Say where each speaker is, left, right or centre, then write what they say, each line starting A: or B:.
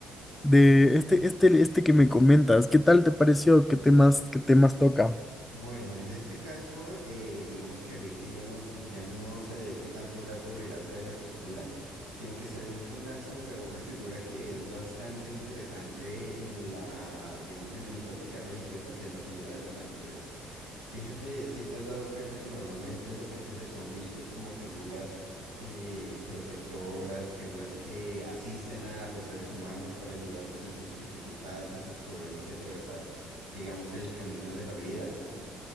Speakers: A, on the left; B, on the right.
A: de este, este, este que me comentas. ¿Qué tal te pareció? ¿Qué temas, qué temas toca?
B: Bueno, en este caso, eh, digamos que Rilke ya no, ya no se dedica tanto a hablar sobre el arte de la escritura, sino que se dedica a hablar sobre una figura que es bastante interesante en la, digamos, en la mitología religiosa, que es la figura de los ángeles. Fíjate, si te has dado cuenta que normalmente los ángeles son vistos como figuras eh, protectoras, figuras que asisten a los seres humanos para ayudarlos en sus dificultades, en sus problemas y atravesar, digamos, el camino de la vida.